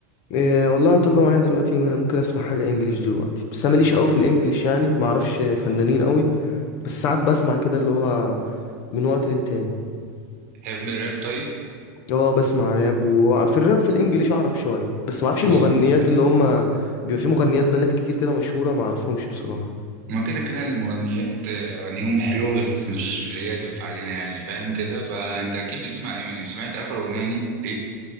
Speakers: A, on the left; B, on the right.
A: إيه والله طالبه معايا دلوقتي ممكن اسمع حاجه انجليش دلوقتي بس انا ماليش قوي في الانجليش يعني ما اعرفش فنانين قوي بس ساعات بسمع كده اللي هو من وقت للتاني
B: بتحب الراب طيب
A: اه بسمع راب وفي الراب في الانجليش اعرف شويه بس ما اعرفش
B: عشان-
A: المغنيات اللي هم بيبقى في مغنيات بنات كتير كده مشهوره ما اعرفهمش بصراحه
B: ما كده كده المغنيات اغانيهم حلوه بس مش اللي هي تنفع لنا يعني فاهم كده فانت اكيد بتسمع امينيم سمعت اخر اغنيه دي ليه